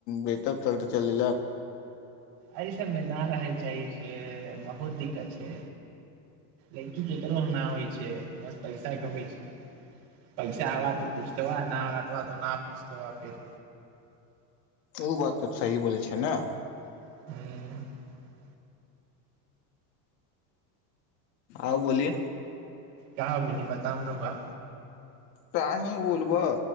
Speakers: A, on the left; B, on the right.
A: बे त चल
B: एहि सबमे न रहै ल चाही छै बहुत दिक्कत छै लैड़की ककरो नहि होइ छै बस पैसाके होइ छै पैसा आबा तऽ पूछतबह न रहतबह तऽ नहि पूछतबह फेर
A: ओ बात तऽ सही बोलै छै ने
B: ह्म
A: आउ बोलि
B: क्य बोली बताम रोगा
A: तहिी बोल ब